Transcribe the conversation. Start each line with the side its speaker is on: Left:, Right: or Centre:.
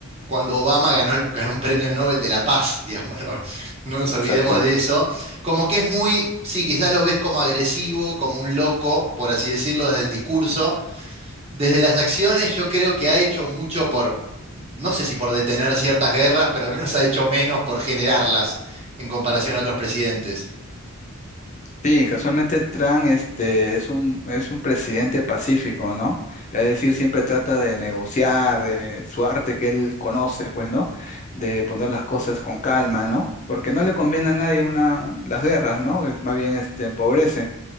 Right: cuando Obama ganó, el- ganó un premio Nobel de la Paz, <laughs> digamos, no No nos olvidemos
Left: Exacto.
Right: de eso. Como que es muy, sí, quizás lo ves como agresivo, como un loco, por así decirlo, desde el discurso desde las acciones yo creo que ha hecho mucho por, no sé si por detener ciertas guerras, pero al menos ha hecho menos por generarlas en comparación a otros presidentes.
Left: Sí, casualmente Trump este, es un, es un presidente pacífico, ¿no? Es decir, siempre trata de negociar, de su arte que él conoce, pues, ¿no? De poner las cosas con calma, ¿no? Porque no le conviene a nadie una, un- las guerras, ¿no? Es- Más bien este, empobrece.